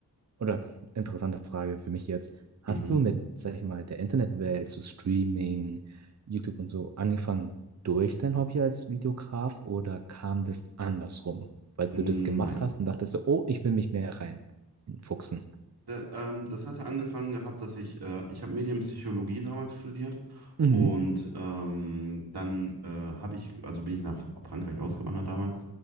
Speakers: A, on the right (about 45°); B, on the right (about 80°).
A: Oder interessante Frage für mich jetzt. Hast
B: Mhm.
A: du mit, sag ich mal, der Internetwelt, so Streaming, YouTube und so angefangen durch dein Hobby als Videograf oder kam das andersrum? Weil du
B: Mm,
A: das gemacht
B: Nein.
A: hast und dachtest so, oh, ich will mich mehr rein fuchsen.
B: Da, ähm, das hatte angefangen gehabt, dass ich, äh, ich habe Medienpsychologie damals studiert
A: Mhm.
B: und ähm, dann äh, habe ich, also bin ich nach Frankreich ausgewandert damals